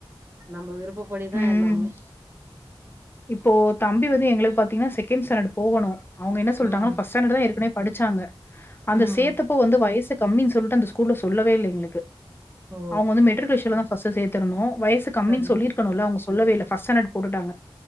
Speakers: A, on the right; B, on the left.
A: நம்ப விருப் ப்பபடிதா
B: ம்.
A: எல்லாமே
B: இப்போ தம்பி வந்து எங்ளுக் பாத்தீங்னா செகண்ட் ஸாண்டர்ட் போகணு அவுங்க என்ன சொல்ட்டாங்கனா
A: ம்
B: ஃபர்ஸ்ட் ஸாண்டர்ட்தா ஏற்கனவேப் படிச்சாங்க அந்த
A: ம்
B: சேத்தப்போ வந்து வயசு கம்மின் சொல்ட்டு அந்த ஸ்கூல்ல சொல்லவே இல்ல எங்ளுக்கு
A: ஓ
B: அவுங்க வந்து மெட்ரிகுலேஷன்லதா ஃபர்ஸ்ட்டு சேத்துருந்தோ வயசு கம்மின்
A: சரிங்க
B: சொல்லிர்க் கனுல்ல அவுங்க சொல்லவே இல்ல ஃபர்ஸ்ட் ஸ்டாண்டர்ட் போட்டுட்டாங்க